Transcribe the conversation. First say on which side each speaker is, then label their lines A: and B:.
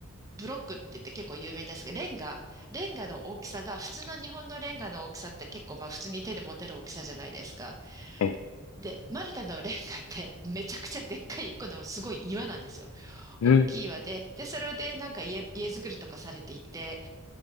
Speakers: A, on the right; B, on the left.
A: ブロックって言って結構有名なんですが、レンガ、レンガの大きさが、普通の日本のレンガの大きさって結構まあ普通に手で持てる大きさじゃないですか。
B: えええ
A: で、マルタのレンガってめちゃくちゃでっかい、このすごい岩なんですよ。
B: うん、
A: 大きい輪で、で、それでなんか家、家作りとかされていて、